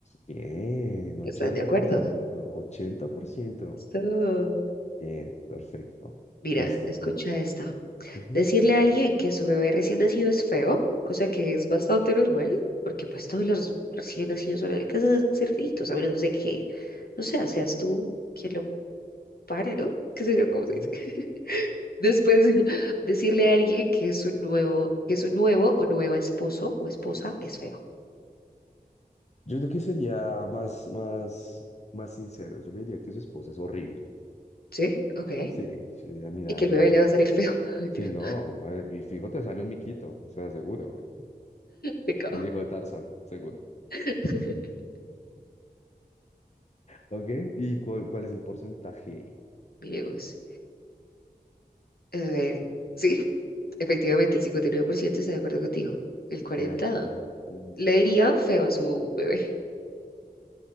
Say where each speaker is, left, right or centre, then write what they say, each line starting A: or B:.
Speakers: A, on the left (about 45°); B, on the left (about 70°).
A: bien, ochenta
B: ¿Estás de acuerdo?
A: por ciento ochenta por ciento.
B: So,
A: Bien, perfecto.
B: mira,
A: Listo.
B: escucha esta.
A: Ujú,
B: Decirle a alguien que su bebé recién nacido es feo, cosa que es bastante normal, porque pues todos los recién nacidos son casos de ser feitos, a menos de que, no sé, seas tú quien lo pare, ¿no? ¿Qué sé yo cómo se
A: ujú.
B: dice? <laughs> Después, <laughs> decirle a alguien que es un nuevo, que es un nuevo o nueva esposo o esposa es feo.
A: Yo creo que sería más, más, más sincero. Yo le diría que su esposa es horrible.
B: ¿Sí? Ok.
A: Sí, sí, le diría, mira,
B: Y que
A: amigo,
B: el bebé le
A: la...
B: va a salir feo. <laughs> Mentira,
A: Sí, no, madre, mi fijo te sale un miquito, o sea, seguro.
B: pecado.
A: El hijo de Tarzán, seguro.
B: <laughs>
A: ¿Ok? ¿Y cuál, cuál es el porcentaje?
B: Miremos. A ver, sí. Efectivamente, el 59% está de acuerdo contigo. El 40%
A: Perfecto.
B: le diría feo a su bebé.